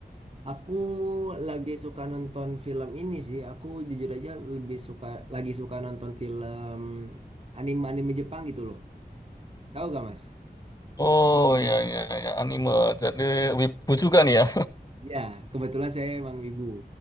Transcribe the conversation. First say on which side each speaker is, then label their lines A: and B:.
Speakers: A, on the right (about 35°); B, on the left (about 20°).
A: Aku lagi suka nonton film ini sih. Aku jujur aja lebih suka lagi suka nonton film anime-anime Jepang gitu loh. Tahu gak Mas?
B: Oh ya ya ya anime. Jadi wibu juga nih ya.
A: Ya, kebetulan saya emang wibu.